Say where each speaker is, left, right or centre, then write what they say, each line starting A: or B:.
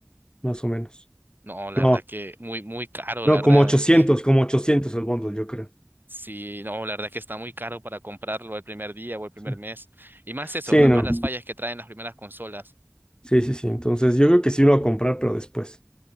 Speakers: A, on the left; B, on the right.
A: más o menos.
B: No, la
A: No,
B: verdad que muy, muy caro,
A: no,
B: la verdad,
A: como ochocientos
B: aquí. <laughs>
A: como ochocientos el bundle, yo creo.
B: Sí, no, la verdad que está muy caro para comprarlo el primer día o el primer
A: Sí.
B: mes. Y más eso,
A: Sí,
B: ¿verdad?
A: no.
B: Más las fallas que traen las primeras consolas.
A: Sí, sí, sí. Entonces, yo creo que sí lo voy a comprar, pero después.